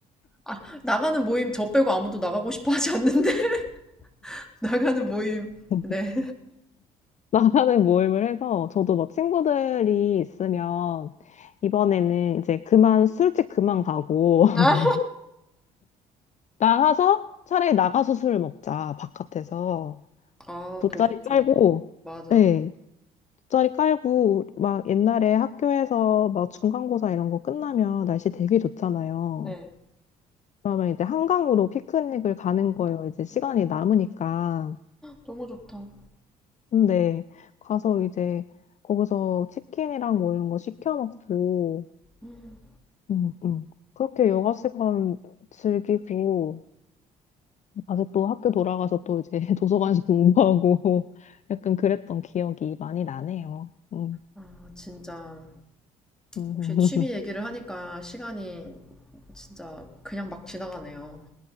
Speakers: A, in the centre; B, on the left (about 40°).
A: 아, 나가는 모임 저 빼고 아무도 나가고 싶어 하지 않는데. <laughs> 나가는 모임.
B: <laughs>
A: 네.
B: 나가는 모임을 해서 저도 뭐 친구들이 있으면 이번에는 이제 그만 술집 그만 가고 <laughs>
A: 아,
B: 나가서 차라리 나가서 술을 먹자 바깥에서
A: 아,
B: 돗자리
A: 더 좋죠.
B: 깔고
A: 맞아.
B: 네, 짜리 깔고 막 옛날에 학교에서 막 중간고사 이런 거 끝나면 날씨 되게 좋잖아요.
A: 네.
B: 그러면 이제 한강으로 피크닉을 가는 거예요. 이제 시간이 남으니까.
A: 너무 좋다.
B: 근데 가서 이제 거기서 치킨이랑 뭐 이런 거 시켜 먹고
A: 음.
B: 음, 음. 그렇게 여가 시간 즐기고 다시 또 학교 돌아가서 또 이제 <laughs> 도서관에서 공부하고 <laughs> 약간 그랬던 기억이 많이 나네요. 음.
A: 아, 진짜.
B: 음.
A: 혹시 취미 얘기를
B: <laughs>
A: 하니까 시간이 진짜 그냥 막 지나가네요.